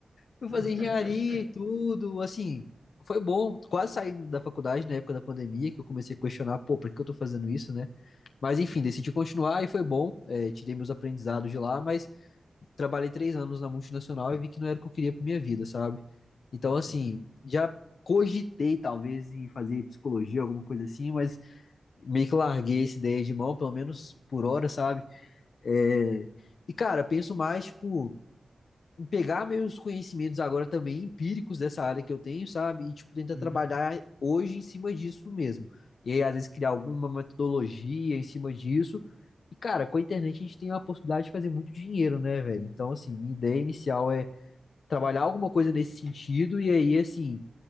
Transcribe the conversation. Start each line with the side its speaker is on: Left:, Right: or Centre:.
Left: Fui
Right: <laughs>
Left: fazer engenharia e tudo, assim, foi bom, quase saindo da faculdade na época da pandemia, que eu comecei a questionar, pô, por que eu tô fazendo isso, né? Mas enfim,
Right: Sim.
Left: decidi continuar e foi bom, é, tirei meus aprendizados de lá, mas trabalhei três anos na multinacional e vi que não era o que eu queria pra minha vida, sabe? Então, assim,
Right: Uhum.
Left: já cogitei talvez em fazer psicologia, alguma coisa assim, mas meio que larguei essa ideia de mão, pelo menos por hora, sabe? É, E, cara, penso mais, tipo pegar meus conhecimentos agora também empíricos dessa área que eu tenho, sabe? E, tipo, tentar
Right: Uhum.
Left: trabalhar hoje em cima disso mesmo. E aí, às vezes, criar alguma metodologia em cima disso. E, cara, com a internet a gente tem a possibilidade de fazer muito dinheiro, né, velho? Então, assim, minha ideia inicial é trabalhar alguma coisa nesse sentido. E aí, assim